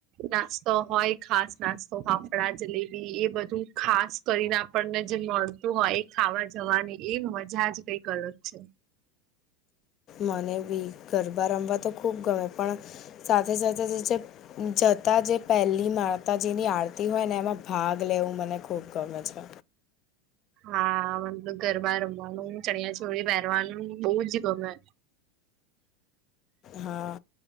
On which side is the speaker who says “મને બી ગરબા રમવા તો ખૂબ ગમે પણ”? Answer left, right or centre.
Left